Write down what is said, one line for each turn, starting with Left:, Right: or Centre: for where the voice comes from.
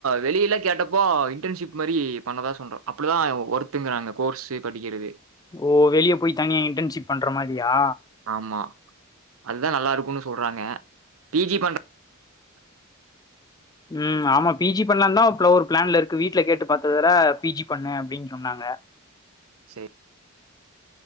Right: வெளில கேட்டப்போ இன்டன்ஷிப் மாரி பண்ணதா சொல்ற அப்டிதா வர்த்துங்குறாங்க கோர்ஸ்ஸு படிக்கிறது
Left: ஓ வெளியப் போய் தனியா இன்டன்ஷிப் பண்றமாரியா
Right: ஆமா அதுதான் நல்லா இருக்கும்னு சொல்றாங்க பிஜி பண்ற
Left: ம் ஆமா பிஜி பண்ணலா தா இப்பள ஒரு பிளான்ல இருக்கு வீட்ல கேட்டு பாத்ததுல பிஜி பண்ணு அப்டின்னு சொன்னாங்க
Right: சேரி